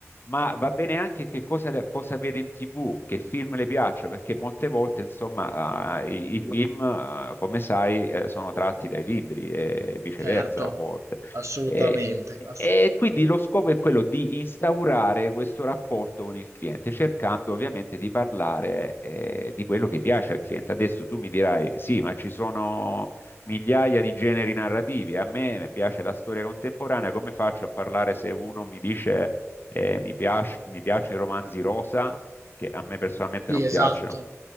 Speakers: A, on the left; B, on the right.
A: ma va bene anche che cosa, cosa vede in TV, che film le piacciono, perché molte volte, insomma, eh, i, i film, eh, come sai, eh, sono tratti dai libri e viceversa
B: certo,
A: a volte.
B: assolutamente.
A: E,
B: ass-
A: e quindi lo scopo è quello di instaurare questo rapporto con il cliente, cercando ovviamente di parlare, eh, di quello che piace al cliente. Adesso tu mi dirai, sì, ma ci sono migliaia di generi narrativi. A me piace la storia contemporanea, come faccio a parlare se uno mi dice eh, mi piace- mi piacciono i romanzi rosa, che a me personalmente
B: sì,
A: non
B: esatto.
A: piacciono.